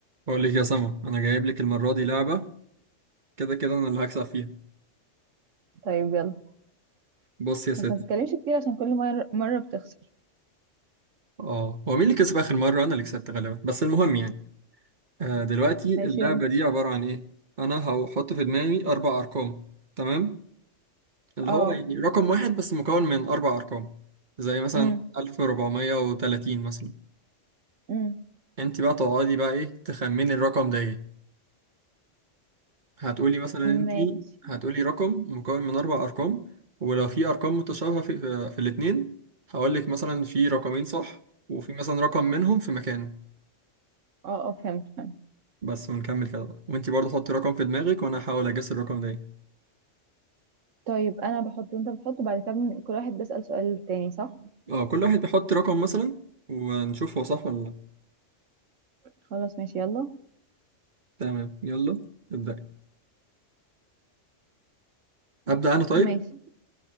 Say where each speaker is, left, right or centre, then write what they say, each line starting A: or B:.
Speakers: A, on the right; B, on the right.
A: بقول لك يا سما انا جايب لك المره دي لعبه كده كده انا اللي هكسب فيها
B: طيب يلا
A: بص يا ست
B: بس ما تتكلمش كتير عشان كل مرة مرة بتخسر
A: اه هو مين اللي كسب اخر مره انا اللي كسبت غالبا بس المهم يعني آه دلوقتي اللعبه
B: ماشي يلا
A: دي عباره عن ايه انا هحط في دماغي اربع ارقام تمام اللي
B: اه
A: هو يعني رقم واحد بس مكون من اربع ارقام زي مثلا
B: امم
A: 1430 مثلا
B: امم
A: انت بقى تقعدي بقى ايه تخمني الرقم ده ايه هتقولي مثلا انت
B: ماشي
A: هتقولي رقم مكون من اربع ارقام ولو في ارقام متشابهه في, في, في الاثنين هقول لك مثلا في رقمين صح وفي مثلا رقم منهم في مكانه
B: اه اه فهمت فهمت
A: بس ونكمل كده بقى وانت برضه حطي رقم في دماغك وانا هحاول اجس الرقم ده ايه
B: طيب انا بحط وانت بتحط وبعد كده بن- كل واحد بيسأل سؤال تاني صح
A: اه كل واحد بيحط رقم مثلا ونشوف هو صح ولا لا
B: خلاص ماشي يلا
A: تمام يلا ابدأ ابدأ انا طيب
B: ماشي